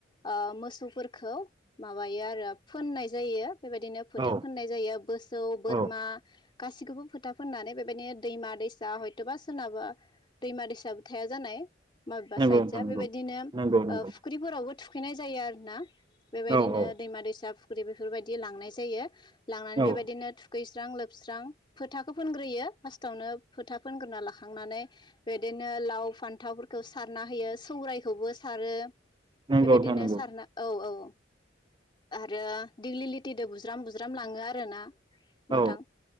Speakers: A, on the left; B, on the right.
A: ओ मोसौफोरखौ माबायो आरो फोननाय जायो। बेबायदिनो फोथा
B: औ
A: फोननाय जायो बोसौ बोरमा।
B: औ
A: गासिखौबो फोथा फोननानै बेबायदिनो दैमा दैसा हयथ'बा सोरनाबा दैमा दैसायाबो थाया जानाय। माबेबा
B: नंगौ
A: साइद
B: नोंथां
A: जा
B: नंगौ
A: बेबायदिनो
B: नंगौ नंगौ
A: फुख्रिफोरावबो थुख नाय जायो आरोना। बेबायदिनो
B: औ औ
A: दैमा दैसा फुख खुरै बेफोरबायदि लांनाय जायो। लांनानै
B: औ
A: बेबायदिनो थुखै स्रां लोबस्रां फोथाखौ फोनग्रोयो फार्स्टावनो फोथा फोनग्रोना लाखांनानै बिदिनो लाव फान्थावफोरखौ सारना होयो सौरायखौबो सारो।
B: नंगौ
A: बेबायदिनो
B: नोंथां नंगौ
A: सारना औ औ। आरो दिग्लि लिथिदो बुज्राम बुज्राम लाङो आरोना।
B: औ
A: नोंथां